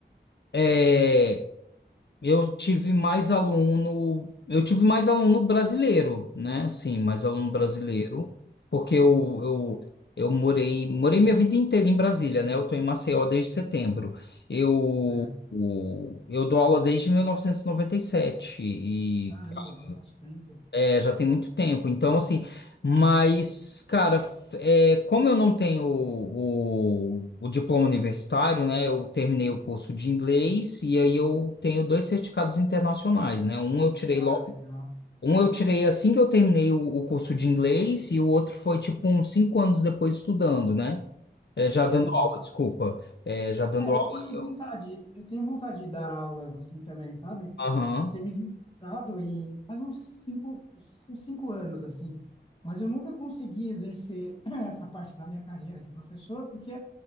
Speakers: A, on the left; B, on the left.
A: É, eu tive mais aluno, eu tive mais aluno brasileiro, né? Sim, mais aluno brasileiro, porque eu, eu, eu morei, morei minha vida inteira em Brasília, né? Eu tô em Maceió desde setembro. Eu,
B: É, é,
A: o- eu dou aula desde 1997 e
B: caramba,
A: noventa e sete e
B: bastante tempo.
A: É, já tem muito tempo, então assim, mas, cara, f- é, como eu não tenho o, o- o diploma universitário, né? Eu terminei o curso de inglês e aí eu tenho dois certificados internacionais, né? Um eu tirei
B: Ah,
A: logo,
B: legal.
A: um eu tirei assim que eu terminei o, o curso de inglês e o outro foi tipo uns cinco anos depois estudando, né? É, já
B: Entendi.
A: dando aula, desculpa. É, já dando
B: É,
A: aula
B: eu tenho
A: eu.
B: vontade, eu tenho vontade de dar aulas assim também, sabe?
A: Aham.
B: Eu tenho me limitado em faz uns cinco, uns cinco anos assim, mas eu nunca consegui exercer <clears throat> essa parte da minha carreira de professor, porque